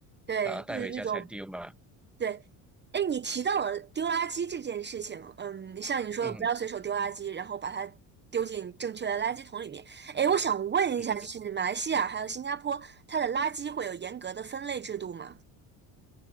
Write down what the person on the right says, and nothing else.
对，
就是这种对，哎，你提到了丢垃圾这件事情，嗯，像你说的，
不要随手丢垃圾，然后把它丢进正确的垃圾桶里面。哎，我想问一下，
就是马来西亚还有新加坡，它的垃圾会有严格的分类制度吗？